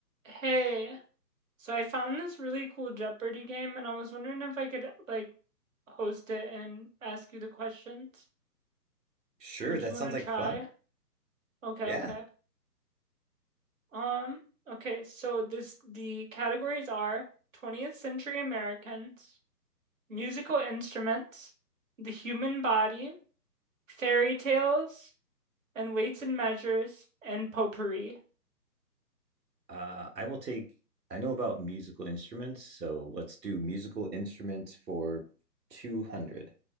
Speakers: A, on the right; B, on the right.
A: Hey, so I found this really cool Jeopardy game, and I was wondering if I could like host it and ask you the questions.
B: Sure,
A: Would
B: that
A: you want
B: sounds
A: to
B: like
A: try?
B: fun.
A: Okay,
B: Yeah.
A: okay. Um, okay, so this the categories are 20th century Americans, musical instruments, the human body, fairy tales, and weights and measures, and potpourri.
B: Uh, I will take, I know about musical instruments, so let's do musical instruments for 200.